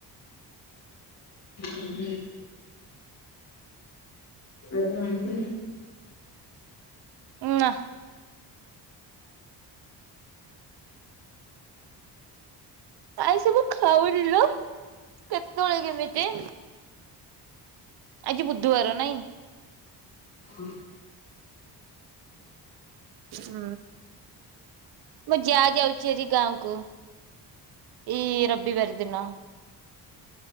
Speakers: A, on the left (about 40°); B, on the right (about 65°).
A: ହ ହ ଆଜି ଆଉ ଆଇଁଶ ନାହିଁ?
B: ନାହା ଆଇଁସ ମୁ ଖାଉନିଲୋ କେତେବେଳେ କେମିତି ଆଜି ବୁଧୁ ବାର ନାଇଁ?
A: ଉଁ।
B: ହୁଁ ମୁଁ ଯା ଯାଉଛି ଆଜି ଗାଁକୁ। ଏଇ ରବିିବାର ଦିନ।